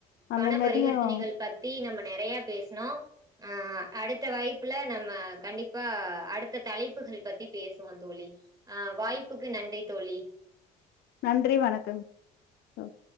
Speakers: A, on the left (about 65°); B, on the right (about 20°).
A: அந்த
B: பண
A: மாரியும்
B: பரிவர்த்தனைகள் பத்தி நம்ம நெறைய பேசனோ ஆ அடுத்த வாய்ப்புல நம்ம கண்டிப்பா அடுத்த தலைப்புகள் பத்தி பேசுவோம் தோழி ஆ வாய்ப்புக்கு நன்றி தோழி
A: நன்றி வணக்கம் ஆ <inaudible>